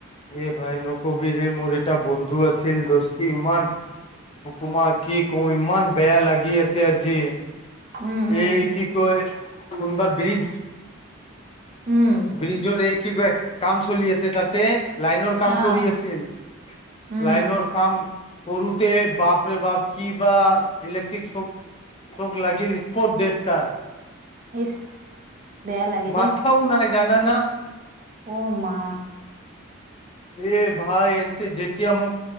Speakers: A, on the left; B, on the right.
A: এ ভাই নকবিৰৰে মোৰ এটা বন্ধু আছিল দষ্টি ইমান তোমাক কি কওঁ ইমান বেয়া লাগি আছে আজি
B: উম, উম,
A: এই কি কয় কোনোবা ব্ৰিজ।
B: উম,
A: ব্ৰিজৰ এই কি কয় কাম চলি আছে তাতে লাইনৰ কাম
B: অ',
A: কৰি আছিল,
B: উম,
A: লাইনৰ কাম সৰুতে বাপৰে বাপ কি বা ইলেক্ট্ৰিক চ'ক চোক লাগিল স্পট ডেথ তাৰ।
B: ইচ বেয়া লাগে
A: মাথাও
B: দেই।
A: নাই জানানা
B: অ', মা
A: এ ভাই এনতে যতিয়া মোক